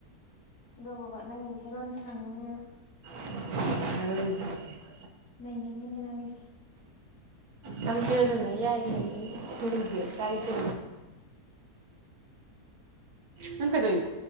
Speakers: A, on the left; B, on the right.
A: ꯑꯗꯨꯒꯕ ꯅꯪꯒꯤꯗꯤ ꯍꯦꯔꯣꯏꯟ ꯁꯥꯅꯤꯡꯉꯅꯦꯕ
B: ꯍ
A: ꯂꯩꯅꯤꯡꯉꯤꯅꯦ ꯅꯪꯒꯤꯁꯦ
B: ꯌꯥꯝꯊꯗꯅ ꯌꯥꯏꯉ ꯊꯔꯤꯁꯦ ꯀꯥꯏꯗ ꯅꯪ ꯀꯩꯗꯧꯅꯣ